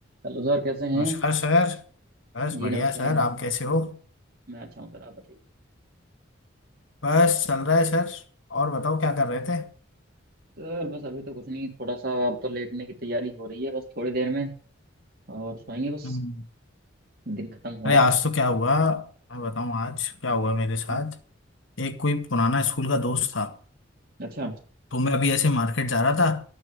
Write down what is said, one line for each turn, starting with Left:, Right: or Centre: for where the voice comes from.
Right: Hello sir कैसे हैं
Left: नमस्कार सर बस
Right: जी
Left: बढ़िया
Right: नमस्कार
Left: सर आप कैसे हो
Right: मैं अच्छा हूँ सर आप बताइए
Left: बस चल रहा है सर और बताओ क्या कर रहे थे
Right: सर बस अभी तो कुछ नहीं थोड़ा सा अब तो लेटने की तैयारी हो रही है बस थोड़ी देर में और सोएंगे बस
Left: हम्म।
Right: दिन खत्म हुआ
Left: अरे आज
Right: आज
Left: तो क्या हुआ मैं बताऊं आज क्या हुआ मेरे साथ
Right: हम्म,
Left: एक कोई पुराना स्कूल का दोस्त था
Right: अच्छा
Left: तो मैं अभी ऐसे मार्केट जा रहा था